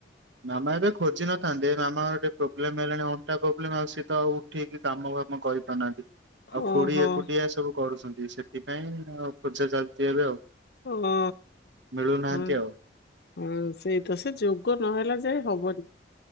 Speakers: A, on the right (about 80°); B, on the left (about 60°).
A: ମାମା ଏବେ ଖୋଜି ନଥାନ୍ତେ ମାମା ଟିକେ ପ୍ରୋବ୍ଲେମ ହେଲାଣି ଟା ପ୍ରୋବ୍ଲେମ ଆଉ ସ ତ ଆଉ ଉଠିକି କାମ ଫାମ କରିପାରୁନାହାନ୍ତି ଆଉ
B: ଓହୋ
A: ଖୁଡି ଏକୁଟିଆ ସବୁ କରୁଛନ୍ତି। ସେଥିପାଇଁ ପୂଜା ଚାଲିଛି ଏବେ ଆଉ।
B: ହଁ ହଁ
A: ମିଳୁନାହାନ୍ତି
B: ହଁ।
A: ଆଉ
B: ହଁ ସେଇ ତ ସେ ଯୋଗ ନହେଲା ଯାଇଏ ହବନି